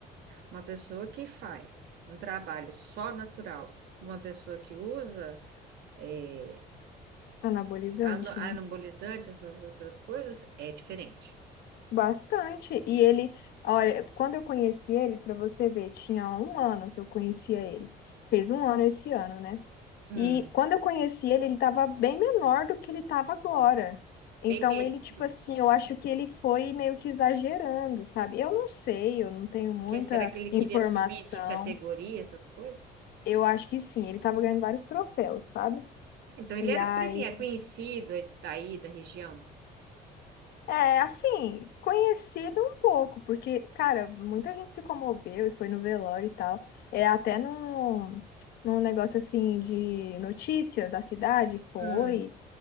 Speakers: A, on the right; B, on the left.
A: Uma pessoa que faz um trabalho só natural, uma pessoa que usa é,
B: Anabolizante,
A: ano- anabolizante,
B: né
A: essas outras coisas, é diferente.
B: Bastante. E ele, olha, quando eu conheci ele, para você ver, tinha um ano que eu conhecia ele. Fez um ano esse ano, né?
A: Hum,
B: E quando eu conheci ele, ele estava bem menor do que ele estava agora. Então
A: bem, me-
B: ele, tipo assim, eu acho que ele foi meio que exagerando, sabe? Eu não sei, eu não tenho muita
A: que será que ele
B: informação.
A: queria subir de categoria, essas coisas?
B: Eu acho que sim, ele estava ganhando vários troféus, sabe?
A: Então ele
B: E
A: era
B: aí
A: premiado, conhecido daí da região.
B: É, assim, conhecido um pouco, porque, cara, muita gente se comoveu e foi no velório e tal. É, até num, num negócio assim de notícia da cidade, foi.
A: Hum,